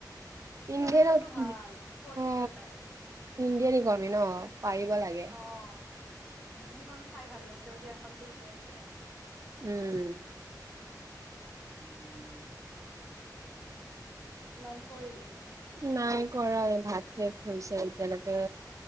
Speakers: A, in the centre; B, on the right (about 45°).
A: থিয়ৰিখনতো
B: ইণ্ডিয়ান অ
A: ভাল পলিটিকেল টাইপ
B: ইণ্ডিয়ান ইকনোমি ন পাৰিব লাগে।
A: অ উম সেইখন চাই ভাল লাগিছে যে এখনতো থিকে আছে।
B: উম।
A: উম। লানছ কৰিলি?
B: নাই কৰাই ভাত শেষ হৈছে, এতিয়ালৈকে